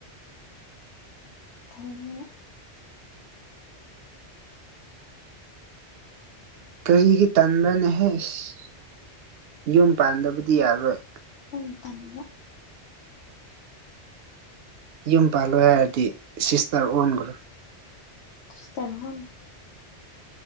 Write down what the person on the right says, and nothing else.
ꯀꯔꯤꯒꯤ ꯇꯟꯕꯅꯦꯍꯦ ꯏꯁ ꯌꯨꯝ ꯄꯥꯟꯗꯕꯗꯤ ꯌꯥꯔꯣꯏ
ꯌꯨꯝ ꯄꯥꯜꯂꯣꯏ ꯍꯥꯏꯔꯗꯤ ꯁꯤꯁꯇꯔ ꯑꯣꯟꯒ꯭ꯔꯣ